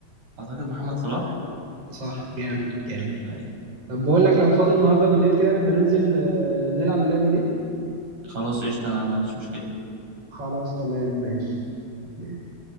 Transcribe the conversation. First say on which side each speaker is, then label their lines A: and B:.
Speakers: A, on the right; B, on the right.
A: اعتقد محمد صلاح
B: صح جامد جامد
A: آه.
B: طب بقول لك لو فاضي النهاردة بالليل كده نبقى ننزل أه، نلعب اللعبة دي
A: خلاص قشطة انا ما عنديش مشكلة
B: خلاص تمام ماشي ماشي